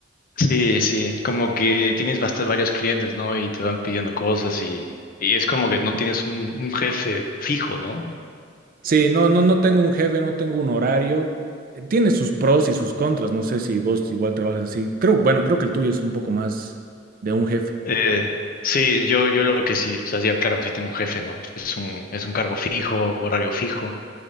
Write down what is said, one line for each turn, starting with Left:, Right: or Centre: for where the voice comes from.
Left: Sí, sí, como que tienes bast- varios clientes, ¿no? Y te van pidiendo cosas y, y es como que no tienes un, un jefe fijo, ¿no?
Right: Sí, no, no, no tengo un jefe, no tengo un horario. Eh, Tiene sus pros y sus contras. No sé si vos igual trabajas así. Creo, bueno, creo que el tuyo es un poco más de un jefe.
Left: Eh, sí, yo, yo lo que sí, o sea, ya claro, sí tengo un jefe, ¿no? Es un, es un cargo fijo, horario fijo,